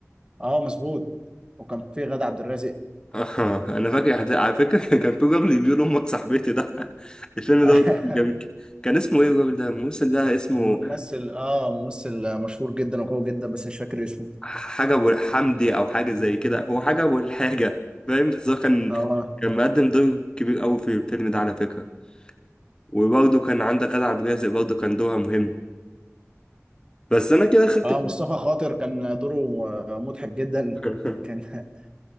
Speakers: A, on the right (about 20°); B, on the left (about 15°).
A: اه مظبوط وكان فيه غادة عبد الرازق
B: آه، انا فاكر حد- على فكره <laughs> كان في راجل بيقول امك صاحبتي ده <laughs> الفيلم
A: <laughs>
B: ده برضه كان جميل كان اسمه ايه الراجل ده الممثل ده اسمه
A: ممثل اه ممثل مشهور جدا وقوي جدا بس مش فاكر اسمه
B: حاجه ابو الحمدي او حاجه زي كده هو حاجه ابو الحاجه فاهم بس هو كان
A: اه
B: كان مقدم دور كبير قوي في الفيلم ده على فكره وبرضه كان عندك غادة عبد الرازق برضه كان دورها مهم بس انا كده خدت
A: اه مصطفى خاطر كان دوره آه، مضحك جدا
B: <laughs>
A: كان <laughs>